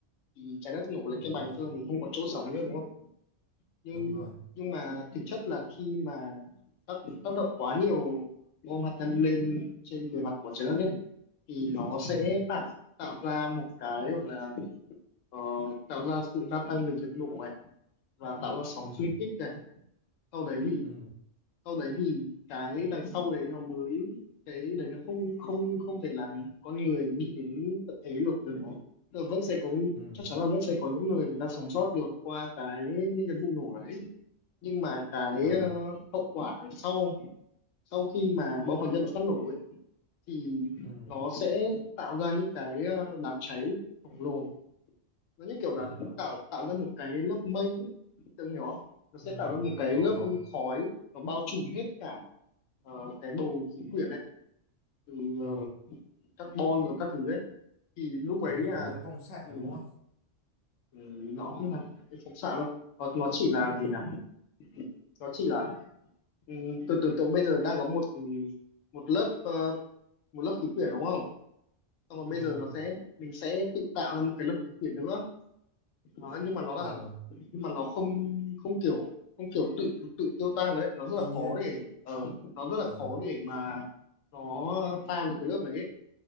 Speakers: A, on the left (about 85°); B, on the left (about 45°).
A: thì trái đất nổ lên
B: đúng
A: cái bành
B: rồi
A: thôi mình không có chỗ sống nữa đúng không nhưng
B: đúng rồi
A: nhưng mà thực chất là khi mà tác tác động quá nhiều bom hạt nhân lên trên bề mặt của trái đất ấy, thì nó sẽ
B: ừ
A: tạo tạo ra một cái gọi là ờ, tạo ra sự gia tăng về nhiệt độ này và tạo ra sóng
B: ừ
A: xuyên kích này sau đấy thì
B: ừ
A: sau đấy thì cái đằng sau đấy nó mới cái đấy nó không không không thể làm con người đi đến tận thế được được nó Tức là vẫn sẽ có
B: ừ
A: chắc chắn là vẫn sẽ có những người người ta sống sót được qua cái những cái vụ nổ đấy nhưng mà cái
B: à
A: ờ, hậu quả ở sau sau khi mà bom hạt nhân nó phát nổ ấy, thì
B: ừ
A: nó sẽ tạo ra những cái ờ, đám cháy khổng lồ nó như kiểu là
B: đúng rồi
A: tạo tạo ra một cái lớp mây ấy. Tưởng hiểu không? Nó
B: ừ
A: sẽ tạo ra một cái
B: có
A: lớp
B: có
A: khói nó bao trùm hết cả ờ, cái bầu khí quyển ấy từ
B: ừ
A: ờ, carbon rồi các thứ ấy thì lúc ấy
B: nó như
A: là
B: kiểu nhiễm phóng xạ
A: ừ,
B: đúng không
A: ừ, nó không hẳn là cái phóng xạ đâu nó, nó chỉ là gì
B: ừ
A: nhỉ nó chỉ là ừ, tôi tưởng tượng bây giờ đang có một ừ, một lớp ờ, một lớp khí quyển đúng không xong rồi
B: ừ
A: bây giờ nó sẽ mình sẽ tự tạo ra một cái lớp khí quyển nữa Đó, nhưng mà nó là
B: ờ
A: nhưng mà nó không không kiểu không kiểu tự tự tiêu tan đấy nó rất
B: tự
A: là
B: nhiên
A: khó để ờ, nó rất là
B: ờ
A: khó để mà nó tan được cái lớp đấy ấy.